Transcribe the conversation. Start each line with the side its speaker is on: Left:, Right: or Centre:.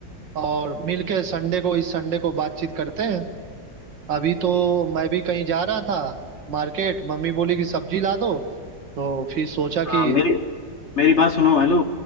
Right: और मिलके संडे को इस संडे को बातचीत करते हैं अभी तो मैं भी कहीं जा रहा था मार्केट मम्मी बोली कि सब्जी ला दो तो फिर सोचा
Left: हाँ
Right: कि
Left: मेरी मेरी बात सुनो हेलो